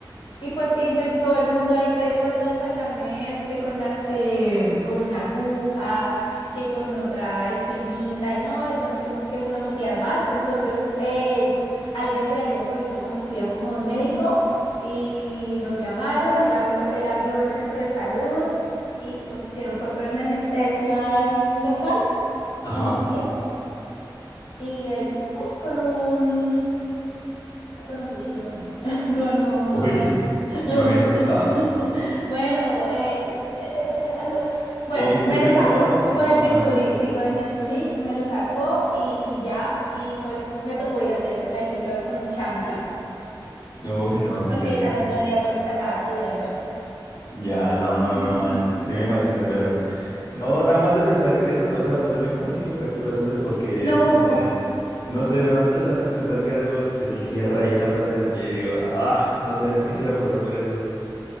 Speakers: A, on the left (about 80°); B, on the left (about 50°).
A: Y pues y de todo el mundo ahí tratando de sacarme eso, que con las, eh, con una aguja, que con otra espinita, y no, eso antes como que lo metían más. Entonces, eh, alguien de ahí del pueblito conocía como a un médico y lo llamaron, él habló, él abrió el centro de salud y lo que hicieron fue ponerme anestesia ahí local
B: Ajá.
A: en el pie y él, pum, con un con un cuchillo no. <laughs> Con un...
B: Uy, <laughs> ya
A: un-
B: me había asustado.
A: <laughs> Bueno, es- eh, eh, eh, a lo- bueno,
B: Como bisturí,
A: me lo sacó.
B: ¿no? Algo así.
A: O con el bisturí,
B: Ajá.
A: sí, con el bisturí me lo sacó y, y ya. Y pues me tocó ir hacia el colegio, y luego con chancla,
B: Uy, no,
A: porque
B: <laughs> sí, sí,
A: al otro
B: sí.
A: día to- tocaba estudiar ya.
B: Ya, no, no, no,
A: <laughs>
B: no manches, sí me imagino, pero... No, nada más de pensar eso, o sea, me dolió más que mi fractura, ¿sabes? Porque
A: No.
B: es como de... No sé, me da muchas ansias pensar que algo se entierra
A: Sí, sí.
B: ahí en la planta del pie y digo, ah, no sé, no quisiera pasar por eso.